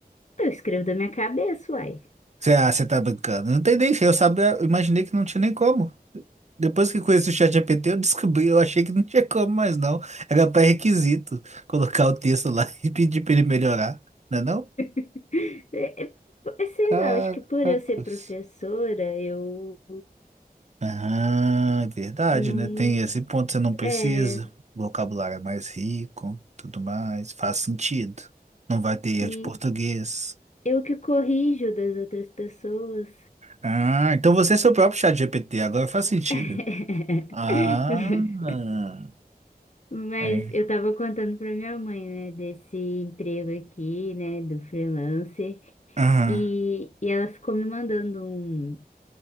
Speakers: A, on the left; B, on the right.
A: escrevo da minha cabeça, uai.
B: Você, ah, você tá brincando. Não tem nem, eu sabia, eu imaginei que não tinha nem como. Depois que conheci o ChatGPT, eu descobri, eu achei que não tinha como mais não. Era pré-requisito colocar o texto lá <laughs> e pedir pra ele melhorar, não é não?
A: <laughs> É, é, é, sei
B: Caracas.
A: lá, eu acho que por eu ser professora, eu
B: Ah, é verdade,
A: não.
B: né? Tem esse ponto, você não precisa.
A: É.
B: O vocabulário é mais rico, tudo mais, faz sentido. Não vai ter erro
A: E
B: de português.
A: eu que corrijo das outras pessoas.
B: Ah, então você é seu próprio chat GPT, agora faz sentido.
A: <laughs>
B: Ah,
A: Mas
B: é.
A: eu tava contando pra minha mãe, né, desse emprego aqui, né, do freelancer,
B: Aham,
A: e, e ela ficou me mandando um,